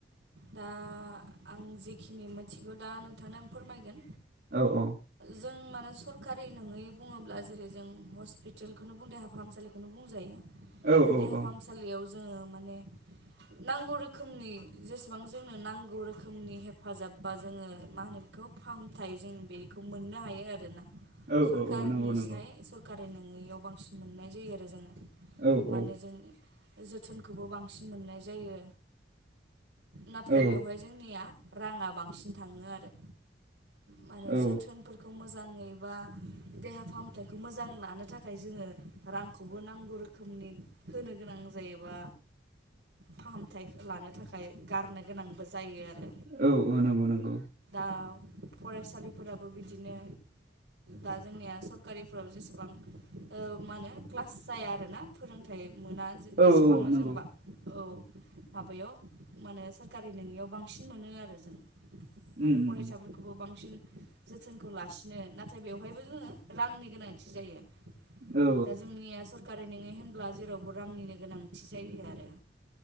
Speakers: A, on the right; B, on the right.
A: दा आं जेखिनि मिथिगौ दा नोंथांनो आं फोरमायगोन।
B: औ औ
A: जों मोन सरकारि नङै बुङोब्ला जेरै जों हस्पिटेलखौनो बुं देहा फाहामसालिखौनो बुंजायो।
B: औ
A: दा
B: औ
A: देहा
B: औ
A: फाहामसालियाव जोंङो माने नांगौ रोखोमनि जेसेबां जोंनो नांगौ रोखोमनि हेफाजाब बा जोंङो मा होनो बेखौ फाहामथाय जों बेखौ मोननो हायो आरोना।
B: औ
A: सरकारनिसाय
B: औ औ नंगौ नंगौ
A: सरकारि नोंङैयाव बांसिन मोननाय जायो आरो जोंङो।
B: औ
A: माने
B: औ
A: जों जोथोनखौबो बांसिन मोननाय जायो। नाथाय
B: औ
A: बेवहाय जोंनिया राङा बांसिन थाङो आरो। माने
B: औ
A: जोथोनफोरखौ मोजां ङै बा देहा फाहामथायखौ मोजां लानो थाखाय जोंङो रांखौबो नांगौ रोखोमनि होनो गोनां जायोबा फाहामथाय लानो था खाय गारनो गोनांबो जायो आरो।
B: औ ओ नंगौ नंगौ
A: आ फरायसालिफोराबो बिदिनो दा जोंनिया सरकारिफोराव जेसेबां ओ मा होनो क्लास जाया आरोना। फोरोंथाइ मोना
B: औ
A: एसेबांनो
B: नंगौ
A: जोंबा औ माबायाव माने सोरखारि नङियाव बांसिन मोनो आरो जों
B: उम
A: माने फरायसाफोरखौबो
B: उम
A: बांसिन जोथोनखौ लासिनो नाथाय बेवहायबो जोंङो रांनि गोनांथि जायो।
B: औ
A: दा जोंनिया सर कारि नङै होनब्ला जेरावबो रांनिनो गोनांथि जायो आरो